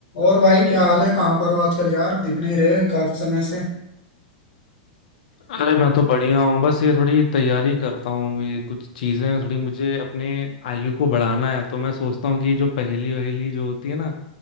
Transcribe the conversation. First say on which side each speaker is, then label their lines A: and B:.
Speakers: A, on the left; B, on the left.
A: और भाई क्या हाल है कहाँ पर हो आजकल यार दिख नहीं रहे काफी समय से
B: अरे मैं तो बढ़िया हूँ बस ये थोड़ी तैयारी करता हूँ ये कुछ चीजें हैं, थोड़ी मुझे अपने आयु को बढ़ाना है तो मैं सोचता हूँ कि जो पहेली वहेली जो होती है ना